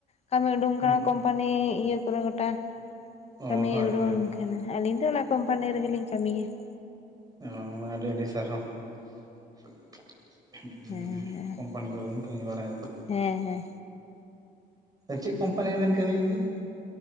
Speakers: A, on the left; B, on the right.
A: ᱠᱟᱹᱢᱤ ᱩᱰᱩᱝ ᱟᱠᱟᱱᱟ
B: ᱦᱩᱸ ᱦᱩᱸ
A: ᱠᱳᱢᱯᱟᱱᱤ ᱤᱭᱟᱹ ᱠᱚᱨᱮ ᱜᱚᱴᱟ ᱾ <unintelligible>
B: ᱚ ᱦᱳᱭ ᱦᱳᱭ ᱦᱳᱭ
A: ᱠᱟᱱᱟ ᱟᱹᱞᱤᱧ ᱫᱚ ᱚᱱᱟ ᱠᱳᱢᱯᱟᱱᱤ ᱨᱮᱜᱮ ᱞᱤᱧ ᱠᱟᱹᱢᱤᱭᱟ ᱾
B: ᱚ ᱢᱟ ᱟᱹᱰᱤ ᱟᱹᱰᱤ ᱥᱟᱨᱦᱟᱣ ᱾ ᱦᱩᱸ
A: ᱦᱮᱸ
B: ᱠᱳᱢᱯᱟᱱᱤ ᱠᱚᱨᱮ ᱵᱚᱱ ᱠᱟᱹᱢᱤ ᱵᱟᱲᱟᱭᱟ ᱾
A: ᱦᱮᱸ ᱦᱮᱸ
B: ᱪᱮᱫ ᱠᱳᱢᱯᱟᱱᱤ ᱨᱮᱵᱮᱱ ᱠᱟᱹᱢᱤᱭ ᱜᱮᱭᱟ?